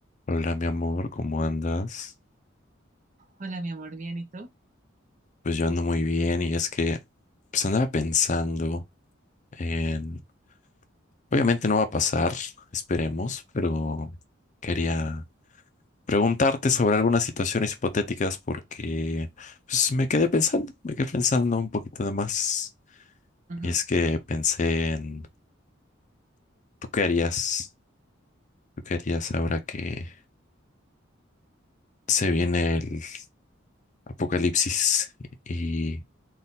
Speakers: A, on the left; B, on the right.
A: Hola, mi amor, ¿cómo andas?
B: Hola, mi amor, bien, ¿y tú?
A: Pues yo ando muy bien y es que pues andaba pensando en... Obviamente no va a pasar, esperemos, pero quería preguntarte sobre algunas situaciones hipotéticas porque pues me quedé pensando, me quedé pensando un poquito de más.
B: Ujú.
A: Y es que pensé en, ¿tú qué harías? ¿Tú qué harías ahora que se viene el apocalipsis y